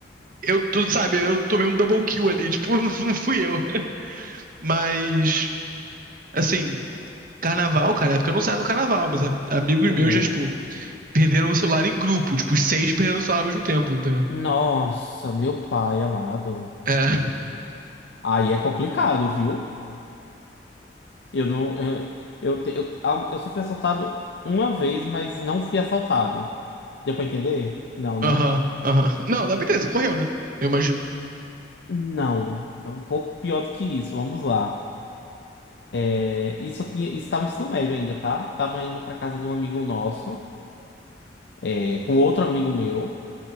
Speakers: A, on the right; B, on the left.
A: eu, tu, sabe, eu tomei um double kill ali, tipo, <laughs> não, não fui eu. Mas, assim, carnaval, cara, é porque eu não saio no carnaval, mas a- amigos
B: Uhum.
A: meus já, tipo, perderam o celular em grupo, tipo, os seis perderam o celular ao mesmo tempo, entendeu?
B: Nossa, meu pai amado.
A: É, <laughs>
B: Aí é complicado, viu? Eu não. Eu, eu, te- eu, a- eu só fui assaltado uma vez, mas não fui assaltado. Deu pra entender? Não, né?
A: aham, aham. Não, dá pra entender, você correu, né? Eu imagino.
B: Não. É um pouco pior do que isso. Vamos lá. É, isso eu tinha, isso estava no ensino médio ainda, tá? Tava indo pra casa de um amigo nosso, é, com outro amigo meu.